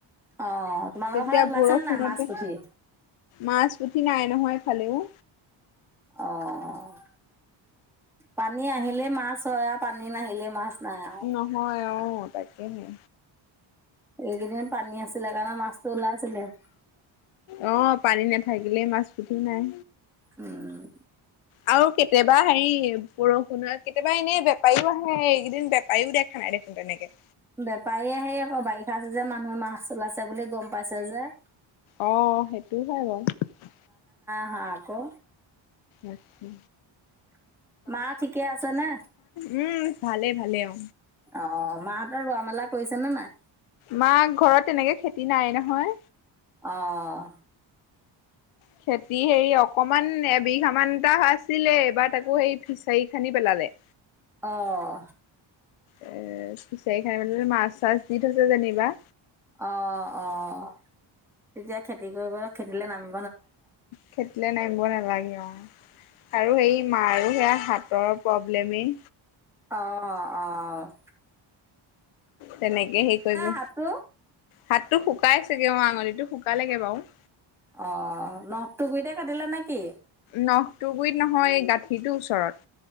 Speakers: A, in the centre; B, on the left (about 85°).
A: অ' তোমালোকৰ
B: তেতিয়া
A: ফালে ওলাইছে
B: বৰষুণতে,
A: নে নাই মাছ পুঠি
B: মাছ চুটি নাই নহয় এইফালেও।
A: অ', পানী আহিলে মাছ হয় আৰু পানী নাহিলে মাছ নাই আৰু
B: নহয় অহ তাকেহে।
A: এইকেইদিন পানী আছিলে কাৰণে মাছটো ওলাই আছিলে।
B: অ <unintelligible> মাছ পুঠি নাই।
A: উম।
B: আৰু কেতিয়াবা হেৰি বৰষুণ কেতিয়াবা এনেই বেপাৰীও আহে এইকেইদিন বেপাৰীও দেখা নাই। <unintelligible> দেখোন তেনেকেই।
A: বেপাৰী আহি আকৌ বাৰিষা ছিজন মানুহে মাছ ওলাইছে বুলি গম পাইছে যে।
B: অহ সেইটোও হয় বাৰু
A: হয় আকৌ
B: আতছা
A: <inaudible> মা ঠিকে আছে নে
B: উম ভালে ভালে অ
A: অ মাহঁতৰ ৰোৱা মেলা হৈছে নে নাই
B: মাক ঘৰত তেনেকে খেতি নাই নহয়
A: অহ
B: খেতি হেৰি অকমান এবিঘাামানটা আছিলে এইবাৰ তাকো সেই ফিচাৰী খানি পেলাল লে।
A: অঁ।
B: এ ফিচাৰি খানি মানে মাছ চাছ দি থৈছে যেনিবা।
A: অ', অ', তেতিয়া খেতি কৰিব খেতিলৈ নামি
B: খেতিলে নামিব নালাগে অঁ। আৰু সেই মাৰও সেয়া হাতৰ প্ৰব্লেমেই।
A: অঁ, অঁ, অঁ।
B: তেনেকে হে কৰিব
A: হাতটো
B: হাতটো শুকাই চগে অ আঙুলিটো শুকালেগে বাৰু
A: অ নখটো গুইতে কাটিলে নে কি
B: নখটো গুৰিত নহয় এই গাঁঠিটোৰ ওচৰত